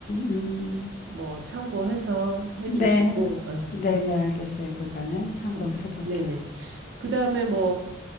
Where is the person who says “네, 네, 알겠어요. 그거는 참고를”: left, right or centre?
Left